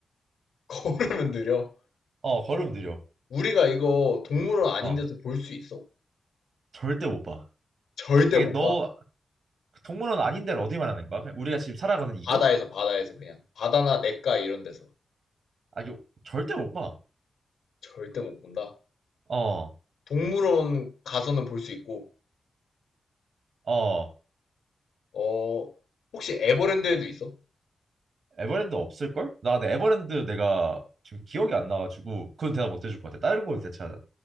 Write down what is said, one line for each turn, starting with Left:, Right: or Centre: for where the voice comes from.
Left: 걸으면 느려?
Right: 어, 걸음 느려.
Left: 우리가 이거 동물원 아닌
Right: 어.
Left: 데서 볼 수 있어?
Right: 절대 못 봐.
Left: 절대
Right: 아, 이게
Left: 못
Right: 너,
Left: 봐.
Right: 동물원 아닌 데를 어디 말하는 거야? 그냥 우리가 지금 살아가는 이곳?
Left: 바다에서, 바다에서 그냥. 바다나 냇가 이런 데서.
Right: 아, 이거 절대 못 봐.
Left: 절대 못 본다.
Right: 어.
Left: 동물원 가서는 볼 수 있고,
Right: 어.
Left: 어, 혹시 에버랜드에도 있어?
Right: 에버랜드 없을걸? 나 근데 에버랜드 내가 지금 기억이 안 나가지고, 그건 대답 못 해줄 것 같아. 다른 걸로 대체하자.